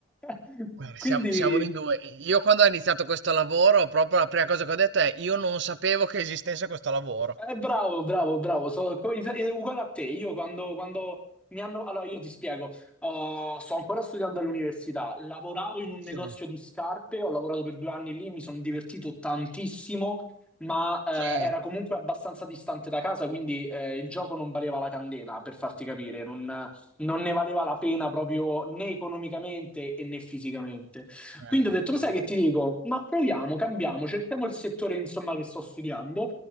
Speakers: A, in the centre; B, on the right.
A: <laughs>
B: Guarda,
A: Quindi
B: siamo, siamo in due. Io quando ho iniziato questo lavoro, proprio la prima cosa che ho detto è io non sapevo che esistesse questo lavoro.
A: Eh, bravo, bravo, bravo, sono co- is- eh, uguale a te. Io quando, quando mi hanno... Allora, io ti spiego. Oh, sto ancora studiando all'università, lavoravo in un negozio
B: Cioè,
A: di scarpe, ho lavorato per due anni lì, mi sono divertito tantissimo, ma eh,
B: Cioè,
A: era comunque abbastanza distante da casa, quindi eh, il gioco non valeva la candela, per farti capire, non, non ne valeva la pena proprio né economicamente e né fisicamente.
B: eh,
A: Quindi ho detto,
B: sì.
A: lo sai che ti dico? Ma proviamo, cambiamo, cerchiamo il settore, insomma, che sto studiando.